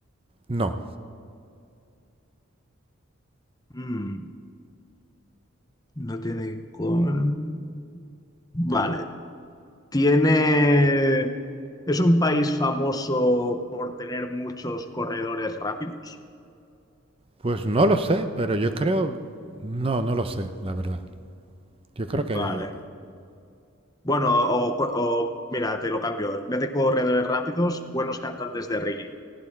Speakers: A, on the right (about 25°); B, on the left (about 20°).
A: No.
B: Mm, no tiene con... Vale, tiene... ¿Es un país famoso por tener muchos corredores rápidos?
A: Pues no lo sé, pero yo creo... No, no lo sé, la verdad. Yo creo que...
B: Vale. Bueno, o, o- mira, te lo cambio. En vez de corredores rápidos, buenos cantantes de reggae.